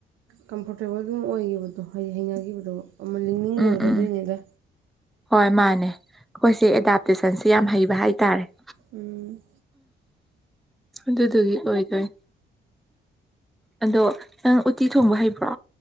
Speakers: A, on the right (about 80°); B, in the centre.
A: ꯀꯝꯐꯣꯔꯇꯦꯕꯜꯗꯨꯝ ꯑꯣꯏꯈꯤꯕꯗꯣ ꯍ ꯍꯩꯅꯈꯤꯕꯗꯣ ꯑꯃ ꯂꯤꯡꯅꯤꯡꯗꯕꯗꯨꯣ
B: ꯎꯝ ꯎꯝ
A: ꯑꯗꯨꯅꯦꯗ
B: ꯍꯣꯏ ꯃꯥꯅꯦ ꯑꯩꯈꯣꯏꯁꯦ ꯑꯦꯗꯥꯞꯇꯦꯁꯟꯁꯤ ꯌꯥꯝ ꯍꯩꯕ ꯍꯥꯏꯇꯥꯔꯦ
A: ꯎꯝ
B: ꯎ ꯑꯗꯨꯗꯨꯒꯤ ꯑꯣꯏꯗꯣꯏ ꯑꯗꯣ ꯅꯪ ꯎꯠꯇꯤ ꯊꯣꯡꯕ ꯍꯩꯕ꯭ꯔꯣ